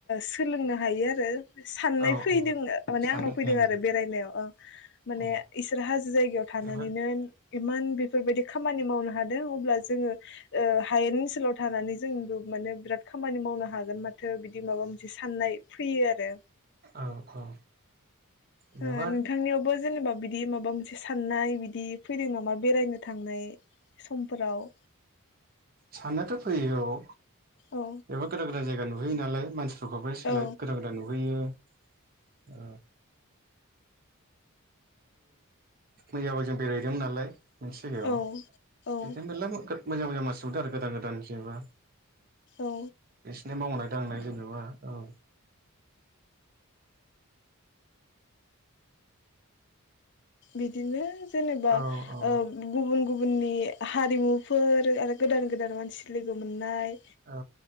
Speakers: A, on the left; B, on the right.
A: सोलोंनो हायो आरो साननाय
B: औ
A: फैदों
B: औ
A: माने
B: साननो
A: आंनाव फैदों
B: ओं
A: आरो बेरायनायाव ओ माने
B: औ
A: इसोर हाजो जायगायाव थानानैनो
B: जोबोद
A: इमान बेफोरबायदि खामानि मावनो हादों अब्ला जोङो ओ हायेन ओनसोलाव थानानै जोंबो माने बिराद खामानि मावनो हागोन माथो बिदि माबा मोनसे साननाय फैयो आरो
B: औ औ जोबोर
A: ओ नोंथांनियावबो जेनेबा बिदि माबा मोनसे साननाय बिदि फैदों नामा बेरायनो थांनाय समफोराव
B: साननायाथ' फैयो औ
A: औ
B: एबा गोदान गोदान जायगा नुहैयो नालाय मानसि <unintelligible> सोलाय
A: औ
B: गोदान गोदान नुहैयो औ मैयाबो जों बेरायहदोंमोन नालाय मोनसे जायगायाव
A: औ औ
B: बिदिनो मेरला <unintelligible> मोजां मोजां मानसि नुबोदों आरो गोदान गोदान जेनेबा
A: औ
B: बिसिनि मावनाय दांनाय जेनेबा औ
A: बिदिनो जेनेबा
B: औ औ
A: गुबुन गुबुननि हारिमुफोर आरो गोदान गोदान मानसि लोगो मोननाय
B: औ